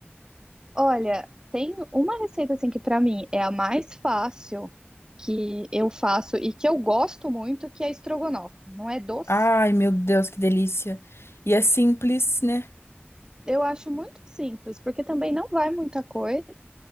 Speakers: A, on the right (about 20°); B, on the left (about 75°).
A: Olha, tem uma receita assim que pra mim é a mais fácil que eu faço e que eu gosto muito, que é estrogonofe. Não é doce?
B: Ai, meu Deus, que delícia. E é simples, né?
A: Eu acho muito simples, porque também não vai muita coisa.